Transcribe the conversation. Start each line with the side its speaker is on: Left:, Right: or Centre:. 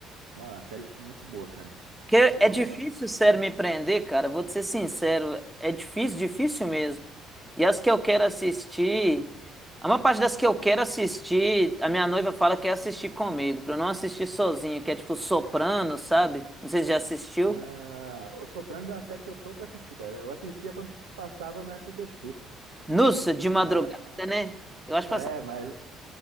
Right: uma série muito boa, cara.
Centre: Porque
Right: Muito boa
Centre: é difícil,
Right: mesmo.
Centre: sério, me prender, cara. Vou te ser sincero, é difícil, difícil mesmo. E as que eu quero assistir, a maior parte das que eu quero assistir, a minha noiva fala que é assistir comigo, pra eu não assistir sozinho, que é tipo Soprano, sabe? Não sei se já assistiu.
Right: Ah, o Sopranos é uma série que eu tô pra assistir, cara. Eu assistia quando passava no SBT.
Centre: Nossa, de madrugada,
Right: Mas,
Centre: né? Eu acho que
Right: é,
Centre: passa-
Right: mas,